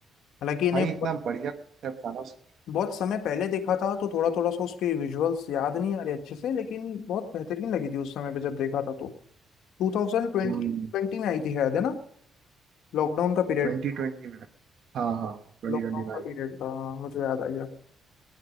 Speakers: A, on the left; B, on the right.
A: हालांकि इन्हें
B: भाई
A: बहुत
B: इतना बढ़िया कॉन्सेप्ट था ना उसका
A: बहुत समय पहले देखा था तो थोड़ा थोड़ा सा उसके विजुअल्स याद नहीं आ रहे अच्छे से लेकिन बहुत बेहतरीन लगी थी उस समय पे जब देखा था तो टू थाउजेंड ट्वेंटी
B: हम्म
A: में आई थी शायद है ना लॉकडाउन का पीरियड
B: ट्वेंटी ट्वेंटी में हाँ हाँ ट्वेंटी
A: लॉकडाउन
B: ट्वेंटी में
A: का पीरियड था हाँ, मुझे याद आ गया